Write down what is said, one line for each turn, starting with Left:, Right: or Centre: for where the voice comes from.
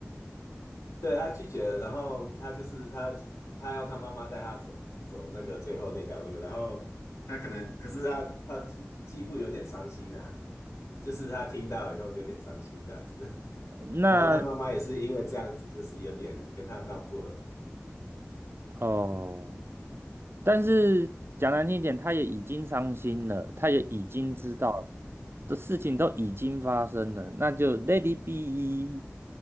Left: <laughs> 对，他拒绝了，然后他就是他他要他妈妈带他走走那个最后那条路，然后可是他他继继父有点伤心啊，就是他听到以后有点伤心这样子，<laughs>
Right: 那
Left: 然后他妈妈也是因为这样子，就是有点跟他闹不和。
Right: 哦，但是讲难听一点，他也已经伤心了，他也已经知道了的事情都已经发生了，那就 l a d y be。